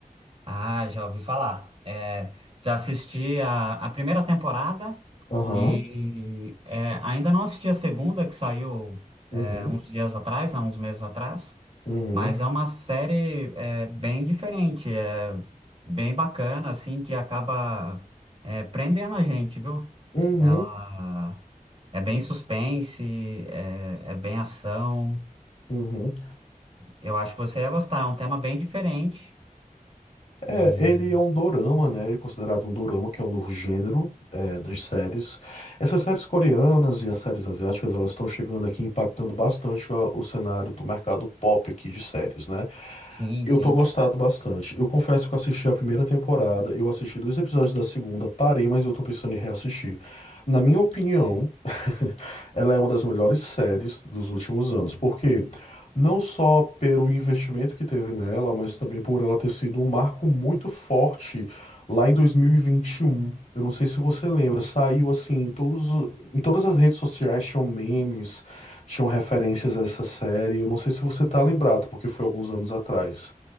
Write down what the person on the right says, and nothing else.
Ah, já ouvi falar. É, já assisti a, a primeira temporada
e é, ainda não assisti a segunda, que saiu é,
uns dias atrás, há uns meses atrás.
Mas é uma série é, bem diferente, é bem bacana, assim, que acaba é, prendendo a gente, viu?
Ela. É bem suspense, é, é bem ação.
Eu acho que você ia gostar, é um tema bem diferente.
E
sim,
sim.